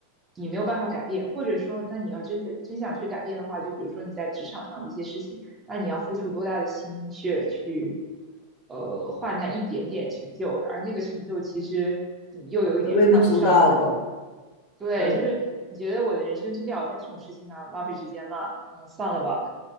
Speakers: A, on the right (about 20°); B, on the left (about 40°).
A: 你没有办法改变，或者说，那你要真的真想去改变的话，就比如说你在职场上的一些事情。那你要付出多大的心血去，呃，换那一点点成就，而那个成就其实你又有一点看不上，
B: <laughs> 是微不足道的，
A: 或者，对，
B: 对，
A: 就是你觉得我的人生之料在这种事情上浪费时间吗？嗯，算了吧，